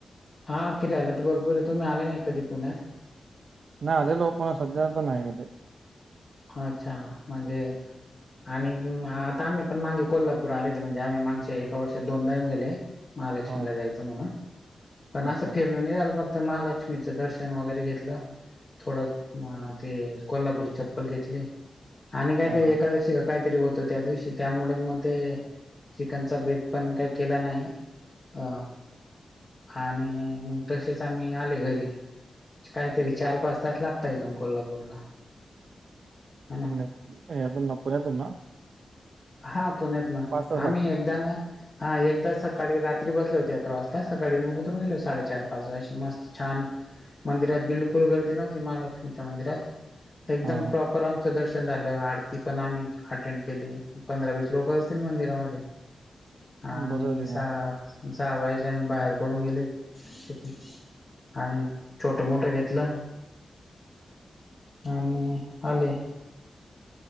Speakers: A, on the left; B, on the right.
A: हा फिरायला तर भरपूर आहे तुम्ही आले नाही कधी पुण्यात...
B: नाही आलेलो प सध्या तर नाही कधी....
A: अच्छा म्हणजे.... आणि आता आम्ही पण मागे कोल्हापूर आले होते म्हणजे आम्ही मागच्या एका वर्षात दोनदा येऊन गेले... महालक्ष्मीला
B: हा
A: जायचं म्हणून पण असं
B: अच्छा
A: फिरण नाही झालं मग.... महालक्ष्मीचं दर्शन वगैरे घेतलं थोडं ते कोल्हापूरीच्या..... चप्पल घेतले आणि काही
B: हा
A: तरी
B: हा
A: एकादशी वर.... काहीतरी होतो त्या दिवशी त्यामुळे मग ते चिकनचा बेत पण काही केला नाही. अ हा आणि मग तसेच आम्ही आले घरी... काहीतरी चार पाच तास लागता इथून कोल्हापूरला ह ना
B: कोदन आपर येेतना.
A: हा पुण्यात ना
B: तास
A: आम्ही
B: लागत
A: एकदा ना. हा एकदा सकाळी रात्री बसले होते अकरा वाजता सकाळी उतरून गेले हो साडेचार पाच व अशी मस्त छान मंदिरात बिलकुल गर्दी नव्हती महालक्ष्मीच्या मंदिरात एकदम
B: हा हा
A: प्रॉपर आमचं दर्शन झालं आरती पण आम्ही अटेंड केली. पंधरा वीस लोक असतील मंदिरामध्ये आणि
B: बरं झाले मग
A: जावायचे आम्ही बाहेर पडून गेलेथ आणि छोट मोठं घेतलं. आणि आले.